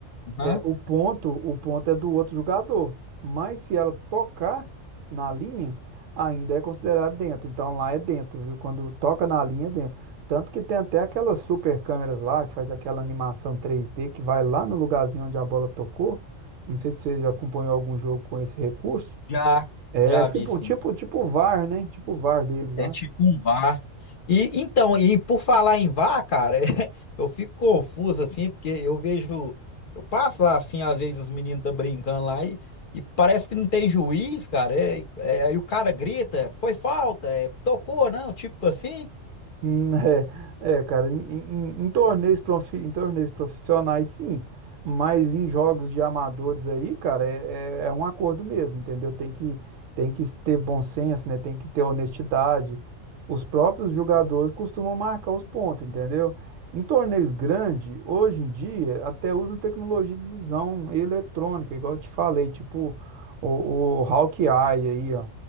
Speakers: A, on the left (about 55°); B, on the right (about 80°).
A: Aham,
B: É, o ponto, o ponto é do outro jogador, mas se ela tocar na linha, ainda é considerado dentro. Então lá é dentro, viu? Quando toca na linha, é dentro. Tanto que tem até aquelas super câmeras lá que faz aquela animação 3D que vai lá no lugarzinho onde a bola tocou. Não sei se você já acompanhou algum jogo com esse recurso.
A: já,
B: É
A: já
B: Já.
A: vi,
B: tipo,
A: sim.
B: tipo, tipo o VAR, né? Tipo o VAR deles lá.
A: É tipo um VAR. E então, e por falar em VAR, cara, <laughs> eu fico confuso assim, porque eu vejo, eu passo lá assim, às vezes os meninos estão brincando lá e, e parece que não tem juiz, cara. É, é, aí o cara grita, foi falta, é, tocou, não, tipo assim.
B: <laughs> Hum, É, é, cara, em, em- em torneios, profi- em torneios profissionais, sim, mas em jogos de amadores aí, cara, é, é, é um acordo mesmo, entendeu? Tem que, tem que ter bom senso, né? Tem que ter honestidade. Os próprios jogadores costumam marcar os pontos, entendeu? Em torneios grandes, hoje em dia, até usam tecnologia de visão eletrônica, igual eu te falei, tipo o, o Hawk Eye aí, ó